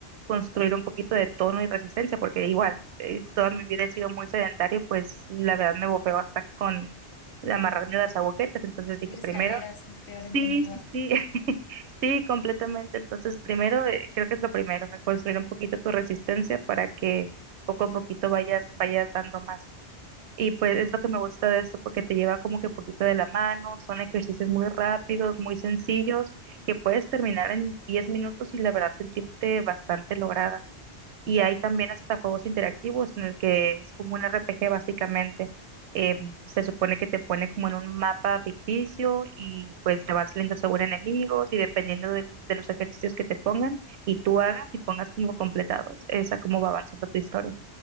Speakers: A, on the right; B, on the left.
A: construir un poquito de tono y resistencia, porque igual eh, toda mi vida he sido muy sedentaria y pues la verdad me bofeo hasta con amarrarme las agujetas. Entonces dije,
B: Ir escaleras,
A: primero
B: mi peor
A: Sí,
B: enemiga.
A: sí, sí, <laughs> sí, completamente. Entonces, primero, eh, creo que es lo primero, eh, construir un poquito tu resistencia para que poco a poquito vayas, vayas dando más. Y pues es lo que me gusta de esto, porque te lleva como que poquito de la mano, son ejercicios muy rápidos, muy sencillos, que puedes terminar en 10 minutos y la verdad sentirte bastante lograda. Y hay también hasta juegos interactivos en el que es como un RPG básicamente. Eh, se supone que te pone como en un mapa ficticio y pues te van saliendo según enemigos y dependiendo del- de, los ejercicios que te pongan y tú hagas y pongas como completados, esa como va avanzando tu historia.